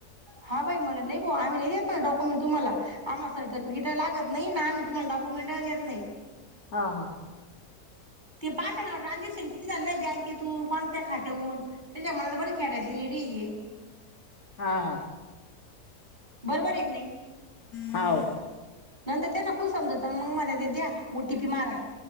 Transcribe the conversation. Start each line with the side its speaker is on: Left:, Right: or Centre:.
Right: हां बाई मला नाही बुवा, आम्ही नाही देत डॉक्युमेंट तुम्हाला. आम्हाला सर्टिफिकेट लागत नाही, ना आम्ही तुम्हाला डॉक्युमेंटही देत नाही.
Left: हा, हा.
Right: ते पाच ना ट्रान्झॅक्शन किती झालं आहे, बँकेतून कोणत्या खात्याहून. त्याच्या मनात बर खेड्याेतली येडी आहे.
Left: हा.
Right: बरोबर आहे का नाही.
Left: हाव
Right: नंतर त्यांना काय समजतं, मग म्हणलं द्या ओटीपी मारा.